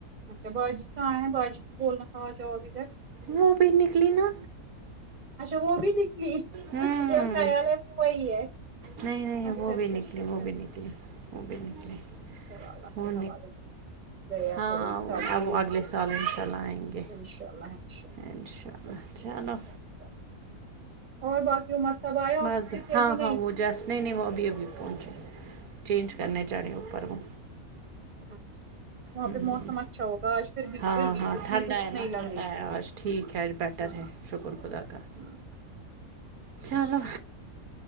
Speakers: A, on the right (about 30°); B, on the right (about 80°).
A: اچھا باجی کہاں ہے باجی کو بولنا تھا اجاو اب ادھر
B: وہ بھی نکلی نا
A: اچھا وہ بھی دکھلی
B: ہوں
A: کچ خیال ہے وہ وہی ہے
B: نہیں نہیں
A: اچھا
B: وہ بھی
A: اچھا
B: نکلی
A: اچھا اچھا
B: وہ بھی
A: اچھا
B: نکلی وہ بھی نکلے
A: چلو اللہ
B: وہ
A: کے حوالے گیا
B: ہاں
A: وہ ایک سال کے
B: اب
A: لیے
B: وہ اگلے
A: تو
B: سال انشاء اللہ آئیں گے
A: انشاء اللہ انشاء اللہ
B: انشاء اللہ
A: سب کو صحت
B: چلو
A: دے اللہ تعالی اور باقی عمر صاحب آیا
B: بس
A: آفس سے کہ
B: ہاں
A: ابھی
B: ہاں
A: نہیں
B: وہ جس نہیں نہیں وہ ابھی ابھی پہنچا چینج کرنے چڑے اوپر وہ
A: اچھا وہاں
B: ہوں
A: پہ موسم اچھا ہوگا آج پھر بھی
B: ہاں
A: پھر بھی
B: ہاں
A: اتنی
B: ٹھنڈا
A: دھوپ
B: ہے
A: نہیں
B: نا ٹھنڈا
A: لگ رہی تھی
B: ہے
A: مجھے
B: آج ٹھیک ہے بیٹر
A: ہاں
B: ہے شکر خدا کا
A: ہاں
B: چلو